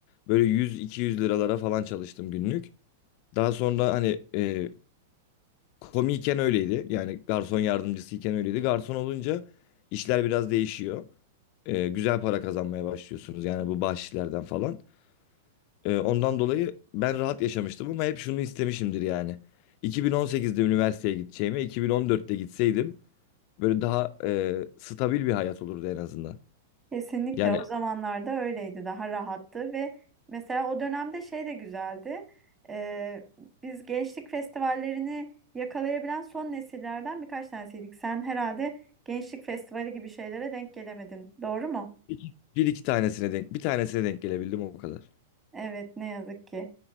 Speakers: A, on the left; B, on the right.
A: böyle 100-200 liralara falan çalıştım günlük. Daha sonra hani e, komiyken öyleydi. Yani garson yardımcısıyken öyleydi. Garson olunca işler biraz değişiyor. E, güzel para kazanmaya başlıyorsunuz. Yani bu bahşişlerden falan. E, ondan dolayı ben rahat yaşamıştım ama hep şunu istemişimdir yani. 2018'de üniversiteye gideceğime 2014'te gitseydim böyle daha e, stabil bir hayat olurdu en azından.
B: Kesinlikle
A: Yani
B: o zamanlarda öyleydi daha rahattı ve mesela o dönemde şey de güzeldi Ee, biz gençlik festivallerini yakalayabilen son nesillerden birkaç tanesiydik. Sen herhalde gençlik festivali gibi şeylere denk gelemedin doğru mu?
A: bir bir iki tanesine denk bir tanesine denk gelebildim o kadar.
B: Evet ne yazık ki.